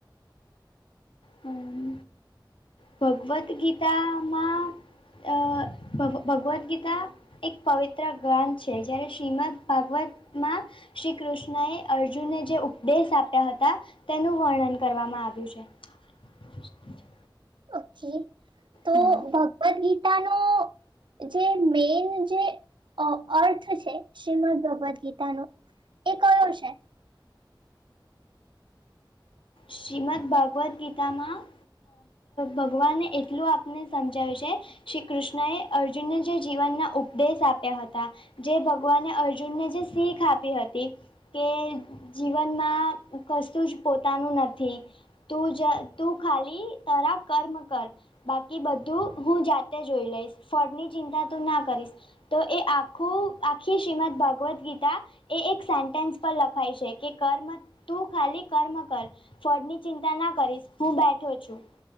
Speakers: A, on the left; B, on the right.
A: હમ ભગવદ ગીતામાં. અ ભવ ભગવદ ગીતા એક પવિત્ર ગ્રંથ છે જયારે શ્રીમદ ભાગવત માં શ્રી કૃષ્ણએ અર્જુનને જે ઉપદેશ આપ્યા હતા. તેનું વર્ણન કરવામાં આવ્યું છે. <inaudible>
B: ઓકે તો
A: હા
B: ભગવદ ગીતા નો જે મેન જે અર્થ છે. શ્રીમદ ભગવદ ગીતાનો એ કયો છે?
A: શ્રીમદ ભગવદ ગીતામાં ભગવાને એટલું આપને સમજાવ્યું છે. શ્રી કૃષ્ણએ અર્જુનને જે જીવનના ઉપદેશ આપ્યા હતા. જે ભગવાને અર્જુનને જે શીખ આપી હતી. કે જીવનમાં કશું જ પોતાનું નથી. તું જ તું ખાલી તારા કર્મ કર. બાકી બધું હું જાતે જોઈ લઈશ, ફળની ચિંતા તું ના કરીશ. તો એ આખું આખી શ્રીમદ ભાગવદ ગીતા એ એક સેન્ટેન્સ પર લખાય છે કે કર્મ તું ખાલી કર્મ કર ફળની ચિંતા ના કરીશ. હું બેઠો છું